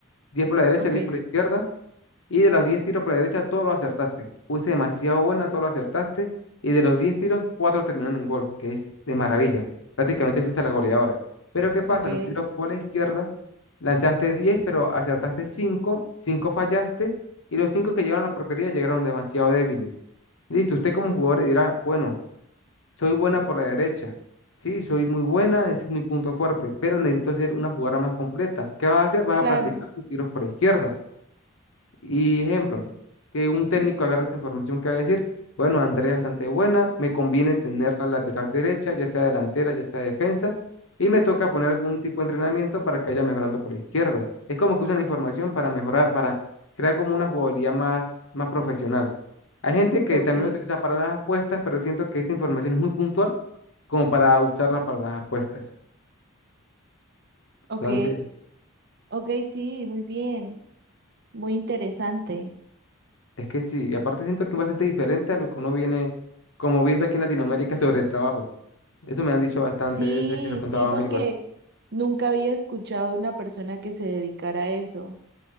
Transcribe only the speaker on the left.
diez por la derecha,
10 por la izquierda, y de los 10 tiros por la derecha, todos los acertaste. Fuiste demasiado buena, todos los acertaste. Y de los 10 tiros, 4 terminaron en gol, que es de maravilla. Prácticamente fuiste la goleadora. Pero ¿qué pasa?
Los tiros por la izquierda, lanzaste 10 pero acertaste cinco 5 fallaste. Y los 5 que llegaron a la portería llegaron demasiado débiles. Listo, usted como jugador le dirá, bueno, soy buena por la derecha. Sí, soy muy buena, ese es mi punto fuerte, pero necesito hacer una jugada más completa. ¿Qué vas a hacer? Vas
a practicar tus tiros por la izquierda. Y ejemplo, que un técnico agarre esta información que va a decir, bueno, Andrea es bastante buena, me conviene tener la lateral derecha, ya sea delantera, ya sea defensa, y me toca poner algún tipo de entrenamiento para que vaya mejorando por la izquierda. Es como que usan la información para mejorar, para crear como una jugabilidad más, más profesional. Hay gente que
también lo utiliza para las apuestas, pero siento que esta información es muy puntual como para usarla para las apuestas.
Entonces,
es que sí, y aparte siento que es bastante diferente a lo que uno viene como viendo aquí en Latinoamérica <laughs> sobre trabajos. Eso me han dicho bastante
veces que se lo contaba
a
amigos.